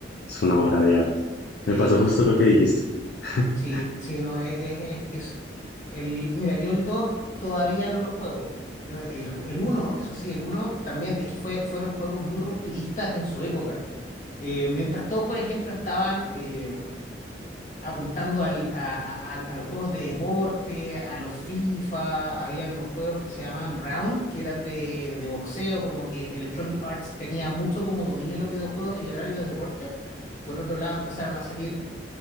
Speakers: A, on the left; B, on the left.
A: es una obra de arte.
B: sí,
A: Me pasó
B: no
A: justo
B: sé.
A: lo que dijiste. <laughs>
B: Sí, sí, no, e- es, es que es. El, mira, yo el 2 todavía no lo juego. Yo, el, ju- el uno eso sí, el uno también es que fue, fueron juegos muy rupturistas en su época. Eh, mientras todos, por ejemplo, estaban. eh, apuntando al- a, a- a- a los juegos de deporte, a los FIFA, habían unos juegos que se llamaban Round, que eran de, de boxeo, como que Electronic Arts tenía mucho como dominio de los videojuegos en el área de los deportes. Por otro lado, empezaron a salir